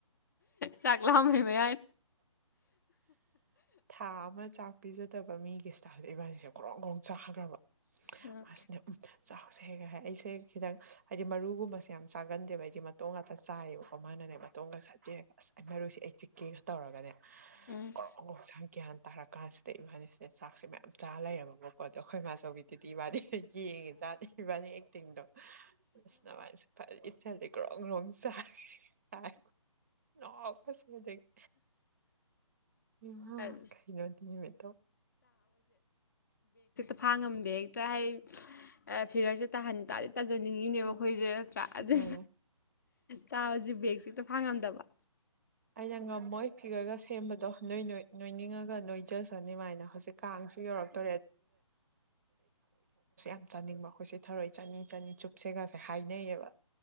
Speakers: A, on the left; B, on the right.
A: ꯆꯥꯛꯂꯝ ꯃꯃꯦ
B: ꯊꯥ ꯑꯃ ꯆꯥꯛ ꯄꯤꯖꯗꯕ ꯃꯤꯒꯤꯁ ꯆꯁꯦ ꯏꯕꯥꯅꯤꯁꯦ ꯀ꯭ꯔꯣꯡ ꯭ꯔꯣꯡ ꯆꯥꯈꯈ꯭ꯔꯕ
A: ꯑ
B: ꯃꯥꯁꯤꯅ ꯆꯥꯎꯁꯦ ꯍꯦꯒ ꯍꯥꯏ ꯑꯩꯁꯦ ꯈꯤꯇꯪ ꯍꯥꯏꯗꯤ ꯃꯔꯨꯒꯨꯝꯕꯁꯦ ꯌꯥꯝ ꯆꯥꯒꯟꯗꯦꯕ ꯍꯥꯏꯗꯤ ꯃꯇꯣꯡ ꯉꯥꯛꯇ ꯆꯥꯏꯌꯦꯕꯀꯣ ꯃꯥꯅ ꯃꯇꯣꯡꯒ ꯁꯦꯠꯄꯤꯔꯒ ꯑꯁ ꯑꯩ ꯃꯔꯨꯁꯤ ꯑꯩ ꯆꯤꯛꯀꯦꯒ ꯇꯧꯔꯒꯅꯦ
A: ꯎꯝ
B: ꯒꯣꯔꯣ ꯒ꯭ꯌꯥꯟ ꯇꯥꯔ ꯀꯥꯟꯁꯤꯗ ꯏꯕꯥꯅꯤꯁꯤꯅ ꯆꯥꯛꯁꯦ ꯃꯌꯥꯝ ꯆꯥꯔ ꯂꯩꯔꯝꯃꯕꯀꯣ ꯑꯗꯣ ꯑꯩꯈꯣꯏ ꯃꯥꯆꯧꯕꯤꯗꯨꯗꯤ ꯏꯕꯥꯅꯤ ꯌꯦꯡꯉꯦꯖꯥꯠꯅꯤ ꯏꯕꯥꯅꯤ ꯑꯦꯛꯇꯤꯡꯗꯣ ꯑꯖ ꯅꯕꯥꯅꯤꯗꯤ ꯆꯗ ꯔꯣꯡ ꯔꯣꯡ ꯆꯥꯏ ꯆꯥꯏ ꯑꯣ ꯁꯗ <unintelligible> ꯏꯃꯥ
A: ꯑ
B: ꯀꯩꯅꯣꯑꯗꯨ ꯅꯨꯃꯤꯠꯇꯣ
A: ꯐꯥꯉꯝꯗꯦ ꯍꯦꯛꯇ ꯍꯥꯏꯗꯤ ꯐꯤꯒꯔꯁꯦ ꯇꯥꯍꯟ ꯇꯥꯔꯦ ꯇꯥꯖꯅꯤꯡꯉꯤꯅꯦꯕ
B: ꯎꯝ
A: ꯑꯩꯈꯣꯏꯁꯦ ꯅꯠꯇ꯭ꯔꯥ ꯑꯗꯨꯗ
B: ꯎꯝ
A: ꯆꯥꯕꯁꯦ ꯕꯔꯛꯁꯤ ꯍꯦꯛꯇ ꯐꯥꯕꯉꯝꯗꯕ
B: ꯑ <unintelligible> ꯉꯝꯃꯣꯏ ꯐꯤꯒꯔꯒ ꯁꯦꯝꯕꯗꯣ ꯅꯣꯏ ꯅꯣꯏꯅꯤꯡꯉꯒ ꯅꯣꯏꯖꯁꯅꯤꯃꯥꯏꯅ ꯍꯧꯖꯤꯛ ꯀꯥꯡꯁꯨ ꯌꯧꯔꯛꯇ ꯑꯗꯨꯣꯏ ꯆ <unintelligible> ꯍꯥꯏꯅꯩꯌꯦꯕ